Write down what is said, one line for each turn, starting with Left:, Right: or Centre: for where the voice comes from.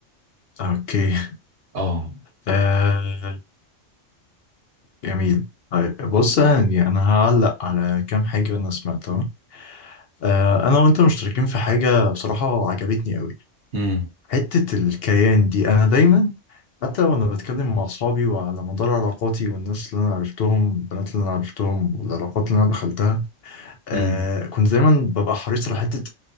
Left: اوكي
Right: اه
Left: آه. جميل طيب بص يعني انا هعلق على كام حاجة انا سمعتها آه. انا وانت مشتركين في حاجة بصراحة عجبتني قوي
Right: امم
Left: حتة الكيان دي انا دايما حتى وانا بتكلم مع اصحابي وعلى مدار علاقاتي والناس اللي انا عرفتهم البنات اللي انا عرفتهم والعلاقات اللي انا دخلتها آه
Right: امم
Left: كنت دايما ببقى حريص على حته